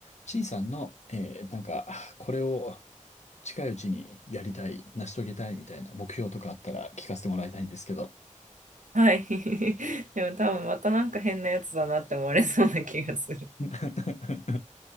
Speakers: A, on the left; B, on the right.
A: ちいさんの、えーなんか、これを近いうちにやりたい、成し遂げたいみたいな目標とかあったら聞かせてもらいたいんですけど。
B: はい。<laughs> でも多分またなんか変なやつだなって思われそうな気がする。
A: <laughs> 引